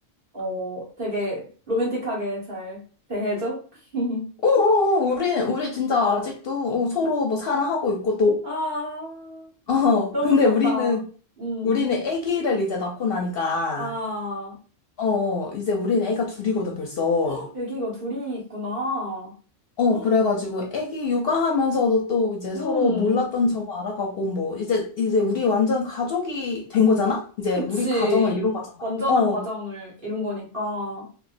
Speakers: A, on the right; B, on the left.
A: 어, 되게 로맨틱하게 잘 대해줘? <laughs>
B: 오오오, 우리, 우리 진짜 아직도 어, 서로 뭐 사랑하고 있고 또,
A: 아,
B: <laughs> 어,
A: 너무
B: 근데
A: 귀엽다.
B: 우리는,
A: 음,
B: 우리는 아기를 이제 낳고 나니까,
A: 아,
B: 어, 어, 이제 우리는 아기가 둘이거든, 벌써.
A: 헉, 애기가 둘이 있구나.
B: 어,
A: 헉,
B: 그래가지고 아기 육아하면서도 또 이제
A: 음,
B: 서로 몰랐던 점을 알아가고, 뭐, 이제, 이제 우리 완전 가족이 된 거잖아? 이제
A: 그치.
B: 우리 가정을 이룬 거잖아.
A: 완전한
B: 어,
A: 과정을 이룬 거니까.